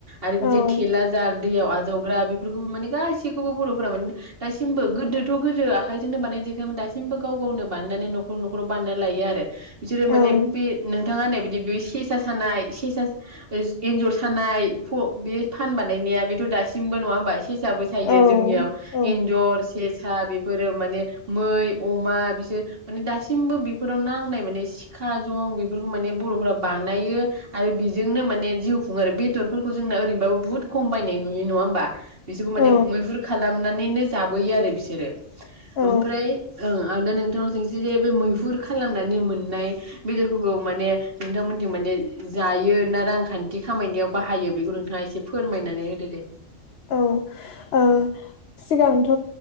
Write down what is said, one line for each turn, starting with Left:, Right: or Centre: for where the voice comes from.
Right: आरो
Left: औ
Right: बिदि थेला जा दैयाव आजावग्रा बेफोरखौबो माने गासैखौबो बर'फोरा माने दासिमबो गोदोथ' गोदो आखाइजोंनो बानाय जेरखायोमोन दासिमबो गाव गावनो बानायनानै न'खर न'खराव बानायना लायो आरो बिसोरो
Left: औ
Right: माने बे नोंथाङा होननाय बिदि बे सेसा सानाय सेसा स ओ एन्जर सानाय फ बे फान बानायनाया बेथ' दासिमबो नङा होमबा एसे साबो सायो
Left: औ
Right: जोंनियाव
Left: औ
Right: एन्जर सेस सा बेफोरो माने मै अमा बिसो माने दासिमबो बेफोराव नांनाय माने सिखा जं बेफोरखौ माने बर'फोरा बानायो आरो बेजोंनो माने जिउ खुङो आरो बेदर फोरखौ जोंनो ओरैनोबाबो बुहुत खम बायनाय नुयो नङा होमबा? बिसोरखौ माने
Left: औ
Right: मैहुर खालामनानैनो लाबोयो आरो बिसो सोरो
Left: औ
Right: ओमफ्राय ओं आं दा नोंथांनाव सोंसै जे बे मैहुर खालामनानै मोननाय बेदरफोरखौ माने नोंथांमोननिथिं माने जायो ना रांखान्थि खामायनायाव बाहायो बेखौ नोंथाङा एसे फोरमायनानै होदो दे ।
Left: औ ओ सिगांथ'